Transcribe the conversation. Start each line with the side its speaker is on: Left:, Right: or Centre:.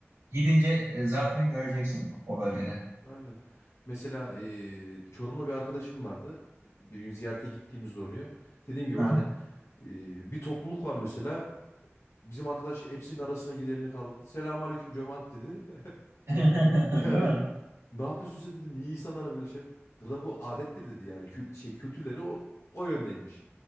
Right: gidince e, zaten göreceksin o bölgede.
Left: Aynen. Mesela eee Çorumlu bir arkadaşım vardı. Bir gün ziyarete gittiğimizde oraya. Dediğim gibi
Right: Hı
Left: hani
Right: hı.
Left: eee, bir topluluk var mesela. Bizim arkadaş hepsinin arasına giderini kaldı. Selamun aleyküm cemaat dedi. <laughs>
Right: <laughs>
Left: Yani
Right: Değil mi?
Left: ne yapıyorsun sen dedim. Niye insanlara böyle şey? Burada bu adettir dedi yani. Kül- şey kültürleri o o yöndeymiş.